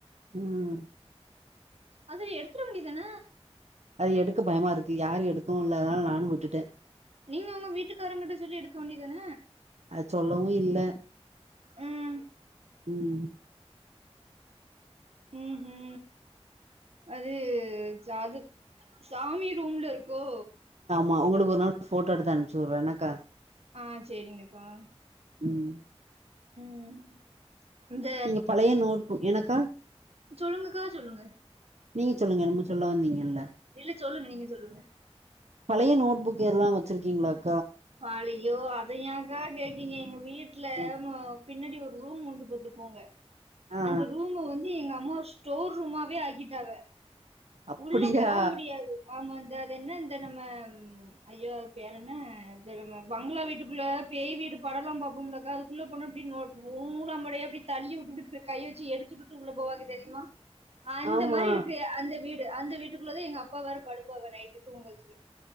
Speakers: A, on the right (about 85°); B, on the right (about 70°).
A: ம்
B: அதுரி எடுத்துர வேண்டி தன
A: அது எடுக்க பயமாருக்கு யாரு எடுக்கவு இல்ல அதுனால நானு விட்டுட்ட
B: நீங்க ஒங்க வீட்டுக்காரங்குட்ட சொல்லி எடுக்க வேண்டி தான
A: அத் சொல்லவு இல்ல
B: ம்
A: ம்
B: ம் ஹு அது ஜாது சாமி ரூம்ல இருக்கோ
A: மா ஒங்களுக் ஒரு நாள் போட்டோ எடுத்து அனும்ச்சுவுற்ற என்னக்கா
B: ஆ சேரிங்கக்கா
A: ம்
B: ம் இந்த
A: நீங்க பழைய நோட் புக் எனக்கா
B: சொல்லுங்கக்கா சொல்லுங்க
A: நீங்க சொல்லுங்க என்னமோ சொல்ல வந்தீங்கல்ல
B: இல்ல சொல்லுங்க நீங்க சொல்லுங்க
A: பலய நோட்புக் எல்லா வச்சிருக்கீங்ளாக்
B: பாலயோ அத யாக்கா கேக்கீங்க எங்க வீட்ல
A: ம்
B: மோ பின்னடி ஒரு ரூம் உண்டு பத்துக்கோங்க
A: ஆ
B: அந்த ரூமு வந்து எங்க அம்மா ஸ்டோர் ரூமாவே ஆக்கிட்டாவ
A: அப்டியா
B: உள்ள போ முடியாது ஆமாந்து த அது என்ன இந்த நம்ம ஐயோ அது பேரன்ன தெரும பங்களா வீட்டுக்குள்ள பேய்வீடு படலா பாபோம்லக்கா அதுக்குள்ள போன அப்டே நோட் ஓ நூலாம்படையப்டி தள்ளி உட்டுட்டு கை வச்சு எடுத்துட்டுட்டு உள்ள போவாக தெரியுமா அந்த
A: ஆமா
B: மாரி இருக்கு அந்த வீட் அந்த வீட்டுக்குள்ள தா எங்க அப்பா வேரா படுப்பாவ நைட்டு தூங்கவச்சிரியே